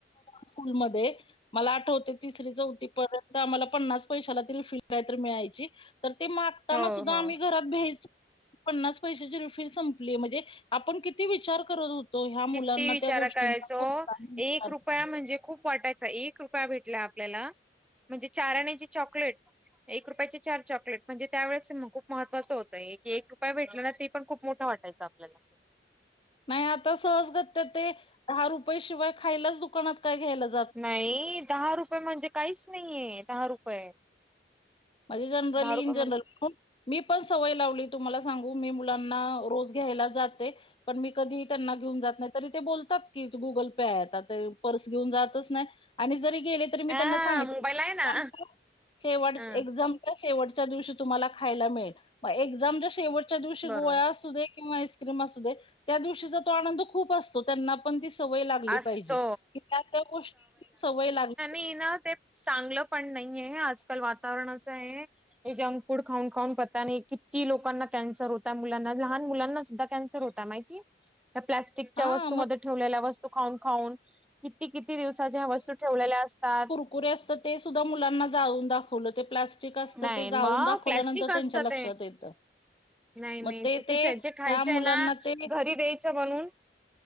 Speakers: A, on the left; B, in the centre.
A: स्कूल मध्ये मला आठवते तिसरी, चौथी परत आम्हाला पन्नास पैसे ला ती रिफील काय तर मिळायची तर ते मागताना
B: हो
A: सुद्धा
B: हो
A: आम्ही घरात पन्नास पैशाची रिपील संपली म्हणजे आपण किती विचार करत ह्या मुलांना
B: किती विचार
A: त्या गोष्टींचा
B: करायचो,
A: कोणताही विचार
B: एक रुपया
A: नाही
B: म्हणजे खूप वाटाय च एक रुपया भेटला आपल्याला म्हणजे चार अण्याची चॉकलेट एक रुपयाची चार चॉकलेट म्हणजे त्यावेळेस ना खूप महत्वाचं होतं की एक रुपये भेटल ना ते पण खूप मोठं वाटायचं आपल्याला
A: नाही आता सहजगत ते दहा रुपये शिवाय खायलाच दुकानात काय घ्यायलाच
B: नाही दहा रुपये म्हणजे काहीच नाहीये दहा रुपये
A: आणि जनरली
B: दहा रुपये
A: इन जनरली
B: म्हणजे
A: खुप मी पण सवय लावली. तुम्हाला सांगू मी मुलाना रोज घ्यायला जाते पण मी कधी त्यांना घेवून जात नाही. तरी ते बोलतात की गुगल पे आहे आता ते पर्स घेऊन जात नाही आणि जरी गेले तरी मी त्यांना
B: आ
A: सांगितलं
B: मोबाईल आहे ना
A: शेवट
B: ह
A: एक्झामच्या शेवटच्या दिवशी तुम्हाला खायला मिळेल म एक्झामच्या शेवट च्या दिवशी
B: बरोबर
A: गोळा असूदे किंवा आईस्क्रीम असू दे त्या दिवशी तो आनंद खूप अस हो त्यांना पण ती सवय लागली
B: असतो
A: पाहिजे की त्या त्या गोष्टीची सवय लागली
B: ते ना ते चांगलं पण नाहीय आहे, आजकाल वातावरण असं आहे. हे जंक फूड खाऊन खाऊन पता नाही किती लोकांना कॅन्सर होता मुलांना लहान मुलांना सुद्धा कॅन्सर होता माहितीय, त्या प्लास्टिकच्या
A: हा
B: वस्तू
A: मग
B: मध्ये ठेवलेल्या वस्तू खाऊन खाऊन किती किती दिवसाच्या वस्तू ठेवलेल्या असतात.
A: कुरे असतात ते सुद्धा मुलांना जाळुन दाखवलं ते प्ला स्टिक असतं
B: नाही
A: ते जाळुन
B: मग
A: दाखवल्यानंतर
B: प्लॅस्टिक असतं
A: त्यांच्या लक्षात
B: ते
A: येतं.
B: नाही नाही
A: म ते
B: चुकीचं
A: ते
B: आहे जे खायचं
A: ह्या मुलांना
B: आहे ना
A: ते
B: घरी द्यायचं बनून